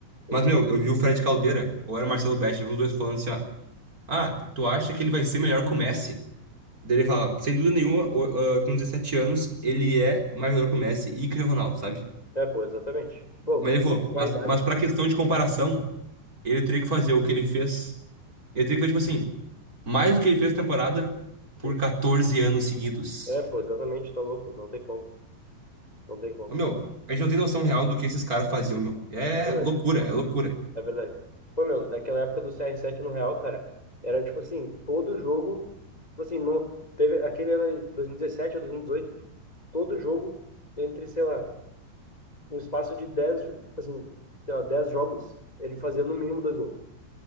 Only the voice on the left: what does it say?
exa...
é, pô, exatamente. Pô,
com
a idade,
pô.
Sim.
É, pô, exatamente, tá louco, não tem como, não tem como,
é verdade,
é verdade. Pô, meu, daquela época do CR7 no Real, cara, era tipo assim, todo jogo, tipo assim, não, teve aquele ano de 2017 ou 2018, todo jogo entre, sei lá, um espaço de 10, tipo assim, sei lá, 10 jogos, ele fazia no mínimo dois gols.